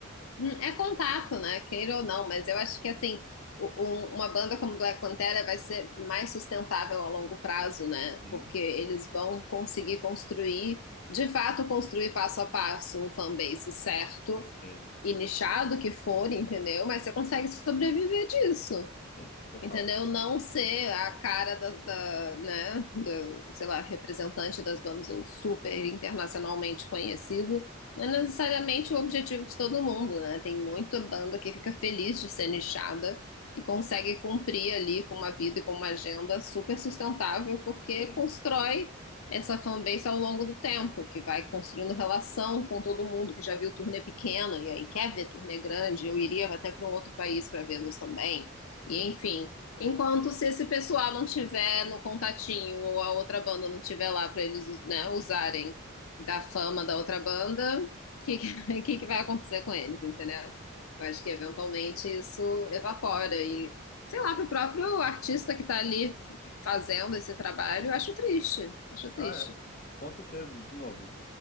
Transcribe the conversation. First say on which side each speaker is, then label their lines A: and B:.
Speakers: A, on the left; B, on the left.
A: hum, é contato, né? Queira ou não, mas eu acho que assim, o- um- uma banda como Black Pantera vai ser mais sustentável a longo prazo, né?
B: Uhum.
A: Porque eles vão conseguir construir, de fato, construir passo a passo o fanbase certo
B: Sim,
A: e nichado que for, entendeu? Mas você consegue sobreviver disso.
B: sim, total.
A: Entendeu? Não ser a cara da, da, né, do, sei lá, representante das bandas ou super internacionalmente conhecido, não é necessariamente o objetivo de todo mundo, né? Tem muita banda que fica feliz de ser nichada e consegue cumprir ali com uma vida e com uma agenda super sustentável, porque
B: Sim,
A: constrói essa fanbase ao longo do tempo, que vai construindo relação com todo mundo que já viu turnê pequena e aí quer ver turnê grande. Eu iria até para um outro país para vê-los também. E
B: sim.
A: enfim. Enquanto se esse pessoal não tiver no contatinho ou a outra banda não tiver lá para eles, né, usarem da fama da outra banda, o que, que, <laughs> que que vai acontecer com eles, entendeu? Eu acho que eventualmente isso evapora e, sei lá, para o próprio artista que está ali fazendo esse trabalho, eu acho triste, acho triste.
B: Ah, é. Com certeza, de novo.